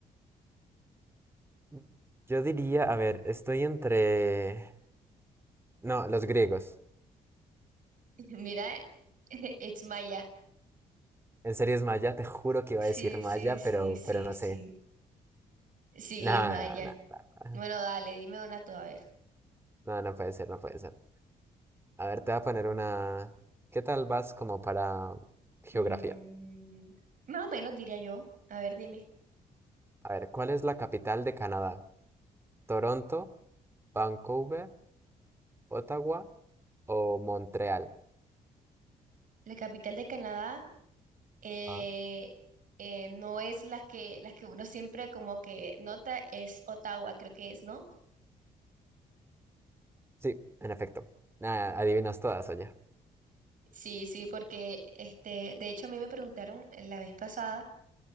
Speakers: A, on the right; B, on the right.
A: Mm. Yo diría, a ver, estoy entre... No, los griegos.
B: <laughs> Mira, <laughs> es maya.
A: En serio es maya, te juro que iba
B: Sí,
A: a decir maya,
B: sí, sí,
A: pero,
B: sí,
A: pero no
B: sí.
A: sé.
B: Sí,
A: Nada,
B: es maya.
A: nada, nada.
B: Bueno, dale, dime una tú, a ver.
A: No, no no puede ser, no puede ser. A ver, te voy a poner una... ¿Qué tal vas como para geografía?
B: Mm, más o menos diría yo. A ver, dime.
A: A ver, ¿cuál es la capital de Canadá? ¿Toronto, Vancouver, Ottawa o Montreal.
B: La capital de Canadá eh,
A: Ah,
B: eh, no es las que, las que uno siempre como que nota, es Ottawa, creo que es, ¿no?
A: sí, en efecto. Nada, adivinas todas, oye,
B: Sí, sí, porque este, de hecho a mí me preguntaron la vez pasada,